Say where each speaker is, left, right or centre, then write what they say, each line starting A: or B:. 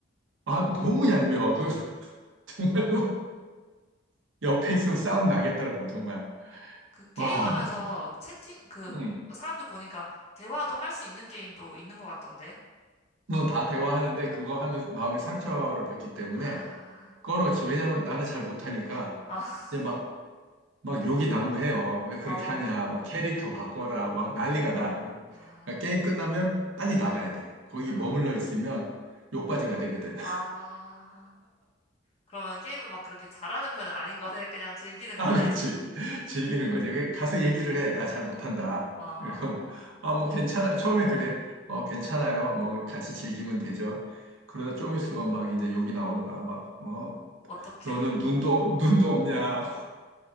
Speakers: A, on the right; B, on the left.
A: 아, 너무 얄미워. 그, <laughs> 정말로. 옆에 있으면 싸움 나겠더라고, 정말.
B: 그 게임하면서
A: 와, 음.
B: 채팅, 그,
A: 응.
B: 사람들 보니까 대화도 할 수 있는 게임도 있는 것 같던데.
A: 응, 다 대화하는데 그거 하면 마음의 상처를 받기 때문에
B: 아,
A: 꺼놓지. 왜냐면 나는 잘 못하니까
B: 아,
A: 이제
B: <laughs>
A: 막, 막 욕이 난무해요. 왜 그렇게
B: 어,
A: 하냐. 뭐 캐릭터 바꿔라. 막 난리가
B: 아,
A: 나. 그러니까
B: 아,
A: 게임 끝나면 빨리 나가야 돼. 거기
B: 아,
A: 머물러 있으면 욕받이가 되거든.
B: 아. 그러면 게임을 막 그렇게 잘하는 편은 아닌 거네. 그냥 즐기는
A: 아,
B: 거네.
A: 그치. <laughs> 즐기는 거지. 그 가서
B: 어,
A: 얘기를 해. 나 잘 못한다.
B: 어,
A: 그럼, 아, 뭐 괜찮아요. 처음엔 그래. 어,
B: 음,
A: 괜찮아요. 뭐 같이 즐기면 되죠. 그러다 좀 있으면 막 이제 욕이 나오는 거야. 막, 어,
B: 어떻게
A: 너는 눈도, 눈도 없냐.